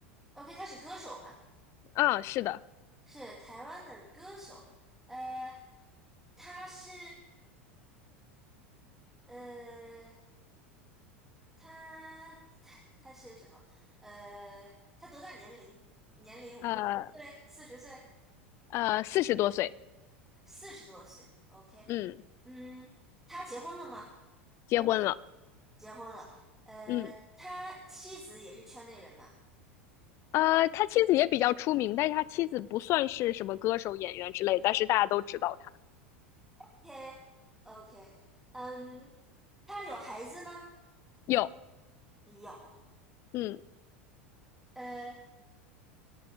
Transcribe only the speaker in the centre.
？OK，他是歌手嘛？
是台湾的歌手，呃，他是呃，他他他是什么？呃，他多大年龄？年龄五十岁、
四十岁、
四十多岁？OK，
嗯，他结婚了吗？
结婚了，呃，
他妻子也是圈内人嘛？
OK OK，嗯，他有孩子吗？
有，
呃，